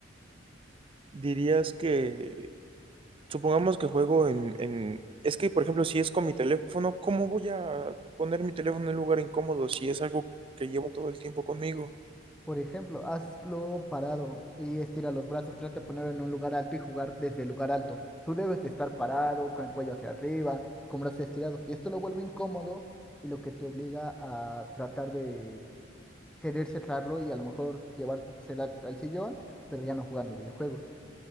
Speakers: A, on the right; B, in the centre.
A: dirías que Supongamos que juego en, en... Es que, por ejemplo, si es con mi teléfono, ¿cómo voy a poner mi teléfono en un lugar incómodo si es algo que llevo todo el tiempo conmigo?
B: Por ejemplo, hazlo parado y estira los brazos. Trata de ponerlo en un lugar alto y jugar desde el lugar alto. Tú debes de estar parado, con el cuello hacia arriba, con brazos estirados. Y esto lo vuelve incómodo y lo que te obliga a tratar de querer cerrarlo y a lo mejor llevar tu cel al sillón, pero ya no jugando videojuegos.